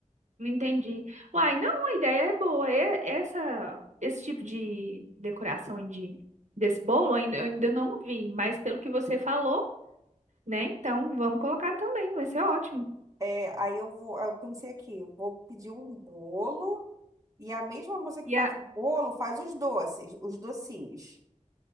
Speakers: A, on the right; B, on the right.
A: Entendi. Uai, não, a ideia é boa. É, essa, esse tipo de decoração aí de, desse bolo ainda- eu ainda não vi, mas pelo que você falou, né? Então vamos colocar também, vai ser ótimo.
B: É, aí eu vou, eu pensei aqui, eu vou pedir um bolo e a mesma moça que
A: E
B: faz
A: a,
B: o bolo faz os doces, os docinhos.